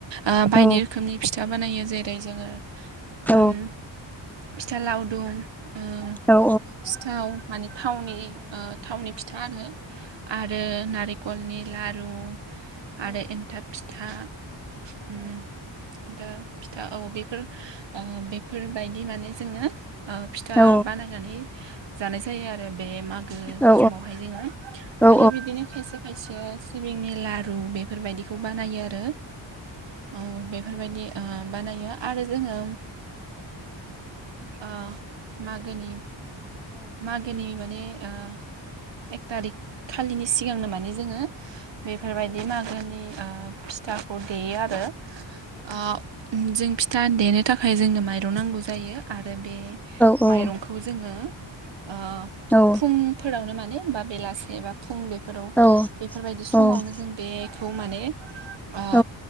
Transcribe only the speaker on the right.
ओ बायदि
रोखोमनि फिथा बानायो जेरै जोङो
ओम फिथा लावदुम उम
सिथाव माने थावनि ओ थावनि फिथा आरो आरो नारें खलनि लारु आरो एन्थाब फिथा उम दा फिथा औ बेफोर ओ बेफोरबायदि माने जोङो ओ फिथा
बानायनानै जानाय जायो आरो बे मागो
समावहाय जोङो
आरो बिदिनो खायसे खायसे सिबिंनि लारु बेफोरबायदिखौ बानायो आरो। ओ बेफोरबायदि ओ बानायो आरो जोङो ओ मागोनि मागोनि माने ओ एक थारिक खालिनि सिगांनो माने जोङो बेफोरबायदि मागोनि ओ फिथाखौ देयो आरो। ओ जों फिथा देनो थाखाय जोंनो माइरं नांगौ जायो। आरो बे
माइरंखौ
जोङो ओ
फुं फोरावनो माने बा बेलासे बा फुं बेफोराव
बेफोरबायदि समावनो
जों बे खौ माने ओ